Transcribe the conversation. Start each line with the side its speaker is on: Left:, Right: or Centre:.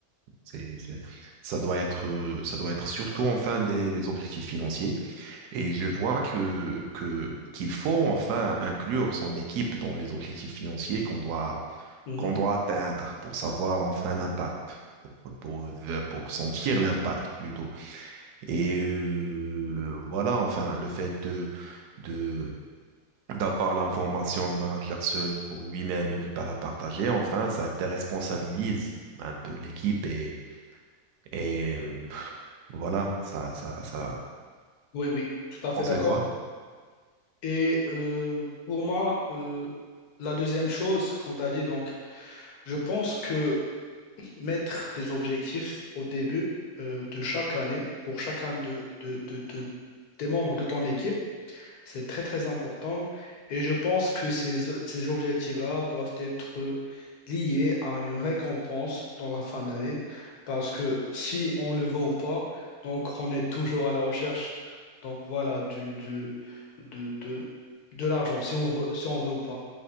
Right: c'est, c'est, ça doit être, euh, ça doit être surtout, enfin, des, des objectifs financiers et je vois que, que, qu'il faut enfin inclure son équipe dans les objectifs financiers qu'on doit,
Left: mhm.
Right: qu'on doit atteindre pour savoir enfin l'impact, pour, pour, pour sentir l'impact plutôt. Et euh, voilà, enfin, le fait de, de, d'avoir l'information, le manager seul pour lui-même et ne pas la partager, enfin, ça déresponsabilise un peu l'équipe et, et euh, voilà, ça, ça, ça.
Left: Oui, oui, tout à fait
Right: On
Left: d'accord.
Right: sait quoi?
Left: Et euh, pour moi, euh, la deuxième chose, qu'on t'a dit, donc, je pense que mettre des objectifs au début euh, de chaque année, pour chacun de, de, de, de- des membres de ton équipe, C'est très très important et je pense que ces, ces objectifs-là doivent être liés à une récompense dans la fin d'année parce que si on le veut ou pas, donc on est toujours à la recherche donc voilà du, du- de, de, de l'argent si on veut, si on veut ou pas.